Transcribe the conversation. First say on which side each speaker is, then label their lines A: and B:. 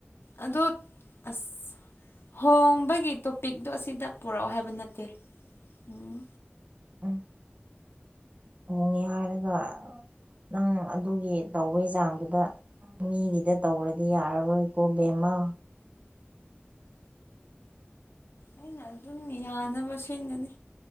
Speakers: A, on the left; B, on the right.
A: ꯑꯗꯣ ꯑꯁ ꯍꯣꯡꯕꯒꯤ ꯇꯣꯄꯤꯛꯇꯣ ꯑꯁꯤꯗ ꯄꯨꯔꯛꯑꯣ ꯍꯥꯏꯕ ꯑꯗꯨ ꯅꯠꯇꯦ ꯎꯝ
B: ꯎꯝ ꯍꯣꯡꯉꯦ ꯍꯥꯏꯔꯒ ꯅꯪ ꯑꯗꯨꯒꯤ ꯇꯧꯕꯩ ꯆꯥꯡꯗꯨꯗ ꯃꯤꯒꯤꯗ ꯇꯧꯔꯗꯤ ꯌꯥꯔꯔꯣꯏꯀꯣ ꯕꯦꯝꯃꯥ
A: ꯑꯩꯅ ꯑꯗꯨꯝ ꯌꯥꯅꯕ ꯁꯦꯝꯒꯅꯤ